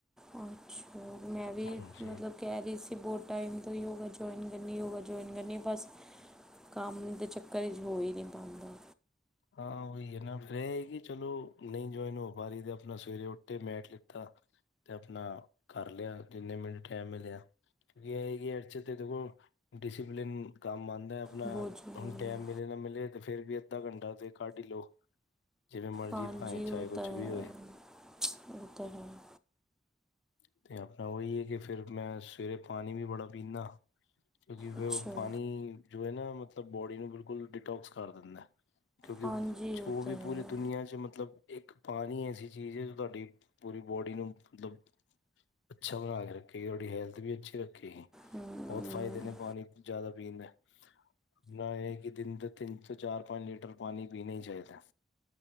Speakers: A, in the centre; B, on the left (about 75°).
A: ਅੱਛਾ। ਮੈਂ
B: ਹਾਂਜੀ
A: ਵੀ ਮਤਲਬ ਕਹਿ ਰਹੀ ਸੀ ਬਹੁਤ ਟਾਈਮ ਤੋਂ ਯੋਗਾ ਜਇਨ ਕਰਨੀ- ਯੋਗਾ ਜਇਨ ਕਰਨੀ ਬਸ ਕੰਮ ਦੇ ਚੱਕਰ ਚ ਹੋ ਹੀ ਨਹੀਂ ਪਾਉਂਦਾ।
B: ਹਾਂ, ਉਹੀ ਹੈ ਨਾ ਫੇਰ ਇਹੀ ਹੈ ਕਿ ਚਲੋ ਨਹੀਂ ਜੁਆਇਨ ਹੋ ਪਾ ਰਹੀ ਤੇ ਆਪਣਾ ਸਵੇਰੇ ਉੱਠੇ ਮੈਟ ਲਿੱਤਾ ਤੇ ਆਪਣਾ ਕਰ ਲਿਆ ਜਿੰਨੇ ਮਿੰਟ ਟਾਈਮ ਮਿਲਿਆ। ਕਿਉਂਕਿ ਇਹ ਹੈ ਕਿ ਹਰ ਚੀਜ ਤੇ ਦੇਖੋ ਡਿਸਿਪਲਿਨ ਕੰਮ ਆਉਂਦਾ। ਆਪਣਾ
A: ਬਹੁਤ ਜ਼ਰੂਰੀ
B: ਹੁਣ ਟੈਮ
A: ਹੈ
B: ਮਿਲੇ ਨਾ ਮਿਲੇ ਤੇ ਫੇਰ ਵੀ ਅੱਧਾ ਘੰਟਾ ਤੇ ਕੱਢ ਹੀ ਲਓ। ਜਿਵੇਂ ਮਰਜ਼ੀ
A: ਹਾਂਜੀ
B: ਭਾਏ-ਚਾਹੇ
A: ਉਹ
B: ਕੁਛ
A: ਤਾਂ
B: ਵੀ
A: ਹੈ
B: ਹੋਏ।
A: ਉਹ ਤਾਂ ਹੈਹੀ।
B: ਅਤੇ ਆਪਣਾ ਉਹ ਇਹ ਹੈ ਕਿ ਫਿਰ ਮੈਂ ਸਵੇਰੇ ਪਾਣੀ ਵੀ ਬੜਾ ਪੀਂਦਾ। ਕਿਉਂਕਿ
A: ਅੱਛਾ
B: ਉਹ ਪਾਣੀ ਜੋ ਹੈ ਨਾ ਮਤਲਬ ਬੋਡੀ ਨੂੰ ਬਿਲਕੁਲ ਡਿਟੋਕਸ ਕਰ ਦਿੰਦਾ। ਕਿਉਂਕਿ
A: ਹਾਂਜੀ
B: ਜੋੋ
A: ਉਹ
B: ਵੀ
A: ਤਾਂ ਹੈ
B: ਪੂਰੀ ਦੁਨੀਆਂ 'ਚ ਮਤਲਬ। ਇੱਕ ਪਾਣੀ ਐਸੀ ਚੀਜ਼ ਹੈ ਜੋ ਤੁਹਾਡੀ ਪੂਰੀ ਬੋਡੀ ਨੂੰ ਮਤਲਬ। ਅੱਛਾ ਬਣਾ ਕੇ ਰੱਖੇਗੀ ਤੁਡੀ ਹੈਲਥ ਵੀ ਅੱਛੀ ਰੱਖੇਗੀ
A: ਹੂੰ
B: ਬਹੁਤ ਫ਼ਾਇਦੇ ਨੇ ਪਾਣੀ। ਜ਼ਿਆਦਾ ਪੀਦਾ। ਨਾ ਇਹ ਕਿ ਦਿਨ ਤੋਂ ਤਿੰਨ ਤੋਂ ਚਾਰ ਪੰਜ ਲੀਟਰ ਪਾਣੀ ਪੀਣਾ ਹੀ ਚਾਹੀਦਾ।